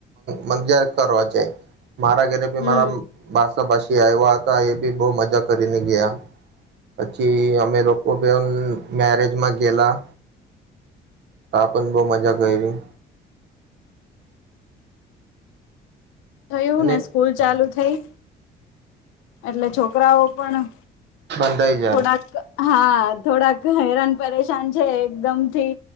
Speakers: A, on the right; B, on the left.
A: મજજા કરવા જાય મારા ઘરે ભી
B: હમ
A: મારા માસા માસી આવ્યા હતા એ બી બહુ મજા કરીને ગયા પછી અમે લોકો પણ મેરેજમાં ગેલા હ પણ બહુ મજા કરી
B: થયું
A: અને
B: ને સ્કૂલ ચાલુ થઈ એટલે છોકરાઓ પણ.
A: બંધ થઈ જાય
B: થોડાક હા થોડાક હેરાન પરેશાન છે એકદમ થી